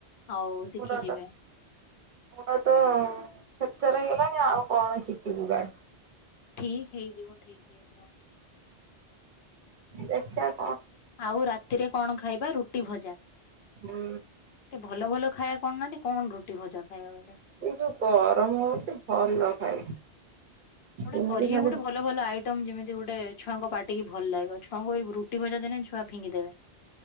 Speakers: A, on the left; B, on the right.
A: ଆଉ
B: ଗୋଡ଼
A: ଶିଖିଯିବେ
B: ତ ଗୋଡ ତ ଫ୍ରାକଚର ହେଇଗଲାଣି ଆଉ କଣ ଶିଖିବୁ ଗାଡି।
A: ଠିକ ହେଇଯିବ ଠିକ ହେଇଯିବ।
B: ଦେଖିଆ
A: ଆଉ ରାତିରେ କଣ ଖାଇବା ରୁଟି ଟି ଭଜା
B: ହୁଁ
A: <inaudible> ଟେ ଭଲ ଭଲ ଖାଇବା କରୁନାହାନ୍ତି। କଣ ରୁଟି ଭଜା ଖାଇବା ଏଇଟା <inaudible>
B: ଏଇ ଯୋଉ ଗରମ ହଉଛି ଭଲ ଖାଇ
A: ଗୋଟେ
B: ଏମିତି
A: କରିବେ
B: ଖାଲି
A: ଗୋଟେ ଭଲ ଭଲ ଆଇଟମ ଯେମିତି ଗୋଟେ ଛୁଆଙ୍କ ପା ଟିକେ ଭଲ ଲାଗିବ ଛୁଆଙ୍କୁ ଏଇ ରୁଟି ଭଜା ଦେନେ ଛୁଆ ଫିଙ୍ଗିଦେବେ